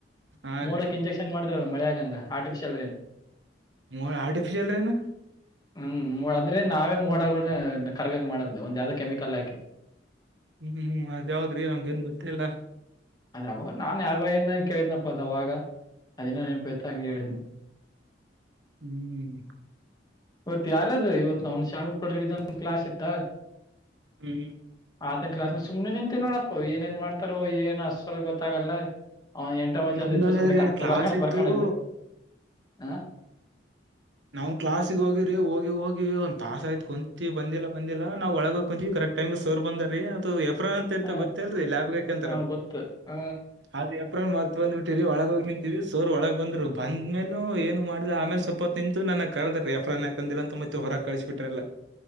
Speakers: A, on the right; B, on the left.
A: ಹಾ
B: ಮೋಡಕ್
A: ರೀ
B: ಇಂಜೆಕ್ಷನ್ ಮಾಡಿದ್ರಲ್ಲ ಮಳೆಯಾಗಂಗ ಆರ್ಟಿಫಿಷಿಯಲ್ ರೇನ್
A: ಮೋಡ ಆರ್ಟಿಫಿಸಿಯಲ್ ರೇನ್
B: ಹ್ಮ್ ಅಂದ್ರೆ ನಾವೇ ಮೋಡಗಳ ಕರ್ಗಂಗ ಮಾಡದ್ ಒಂದ ಯಾವ್ದ್ ಕೆಮಿಕಲ್ ಹಾಕಿ
A: ಹ್ಮ್ ಹ್ಮ್ ಅದಾವದ್ರಿ ನಮ್ಗ ಏನ್ ಗೊತ್ತಿಲ್ಲ
B: ಅದೇ ಅವಾಗ ನಾನ್ ಯಾರ್ ಬೈಯಿಂದ ಕೇಳಿದನಪ್ಪ ಅದ ಅವಾಗ ಅದಿನ ನನನುುತ ಅಂಗೇ ಹೇಳನೆ
A: ಹ್ಮ್
B: ಇವತ್ ಯಾರದು ಇವತ್ ಅವ್ನ್ ಶಾಣ್ಬುಪ್ಪಳ ರಡ ಕ್ಲಾಸ್ ಇತ್ತ
A: ಹ್ಮ್
B: ಆತನ ಕ್ಲಸ್ ಸುಮ್ನೆ ನಿಂತ ನೋಡಪ್ಪ ಏನ್ ಮಾಡ್ತಾರ ಏನ್ ಲ್ ಗೊತ್ತಾಗಲ್ಲ ಎಂಟ ಮಜ್
A: ನಮ್ದ
B: ಒಂದ ಇತ್ತು
A: ಅದೇ
B: ಸುಮ್ನೆ
A: ರೀ
B: ಕತ್ತ
A: ಕ್ಲಾಸ್
B: ಬರ್ಕೊಂಡ್
A: ಇತ್ತು
B: ಬರ್ಕಣ ಹಾ
A: ನಾವು ಕ್ಲಾಸಿಗೆ ಹೋಗಿ್ರರಿ ಹೋಗಿ ಹೋಗಿ ಒಂದ್ ತಾಸ ಆಯ್ತತ್ ಕುಂತಿ ಬಂದಿಲ್ಲ ಬಂದಿಲ್ಲ ನಾವ್ ಒಳಗ ಕುಂತ ಕರೆಕ್ಟ್ ಟೈಮ್ ಸೋರ್ ಬಂದಾರಿ ಅದು ಎಫ್ರಾ ಅಂತ ಇರ್ತ
B: ಹ
A: ಗೊತ್ತೇ ಅಲ್ರಿ ಲ್ಯಬ್ ಬೇಕಂತಾರಲ್
B: ಹ ಗೊತ್ತು ಹ
A: ಅದ್ ಎಪ್ರನ್ ಮತ್ ಬಂದ್ಬ ಬಿಟ್ಟಿರಿ ಒಳಗೋಗ್ ನಿಂತೀವಿ ಸೋರ್ ಒಳಗ್ ಬಂದ್ರು ಬಂದ ಮ್ಮೇೂ ಏನು ಮಾಡಿದ ಆಮೇಲೆ ಸ್ವಲ್ಪ ನಿಂತು ನನಗ್ ಕಳದ ರ ಯಫ್ನ್ಕಂದಿಲ್ಲ ಅಂತ ಮತ್ತೆ ಹೊರ ಕಳ್ಸಬ ಬಿಟ್ರಲ್ಲ